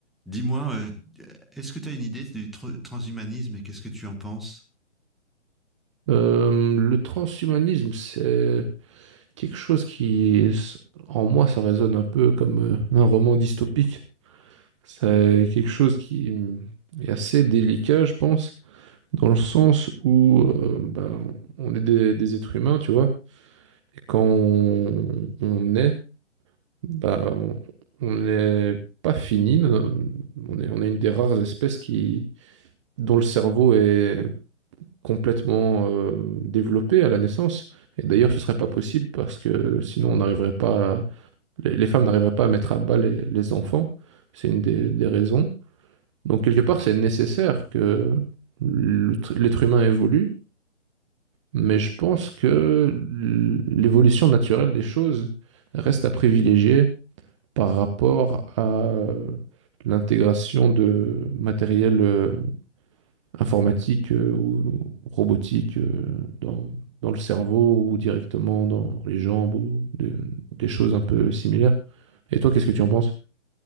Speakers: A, in the centre; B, on the right.
A: Dis-moi, euh, est-ce que tu as une idée du tr- transhumanisme et qu'est-ce que tu en penses?
B: Euh, le transhumanisme, c'est quelque chose qui, est- en moi, ça résonne un peu comme euh, un roman dystopique. C'est quelque chose qui hum, est assez délicat, je pense, dans le sens où euh, ben, on est des, des êtres humains, tu vois, et quand on, on est, bah, on n'est pas fini. On est, on est une des rares espèces qui, dont le cerveau est complètement euh, développée à la naissance. Et d'ailleurs, ce serait pas possible parce que sinon, on n'arriverait pas, à- les, les femmes n'arriveraient pas à mettre à bas les, les enfants. C'est une des, des raisons. Donc, quelque part, c'est nécessaire que l'outre- l'être humain évolue, mais je pense que l'évolution naturelle des choses reste à privilégier par rapport à l'intégration de matériel euh, informatique euh, ou robotique euh, dans, dans le cerveau ou directement dans, dans les jambes ou de- des choses un peu similaires. Et toi, qu'est-ce que tu en penses?